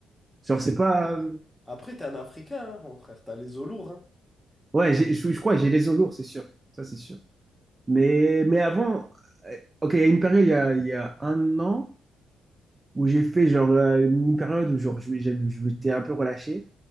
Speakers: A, on the right (about 25°); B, in the centre.
A: Genre, c'est pas.
B: Après, t'es un Africain, hein, mon frère, t'as les os lourds, hein.
A: Ouais, j'ai- je, je crois que j'ai les os lourds, c'est sûr. Ça, c'est sûr. Mais, mais avant, euh, ok, il y a une période, il y a, il y a un an, où j'ai fait genre euh, une période où genre, je, m'ai- je, je m'étais un peu relâché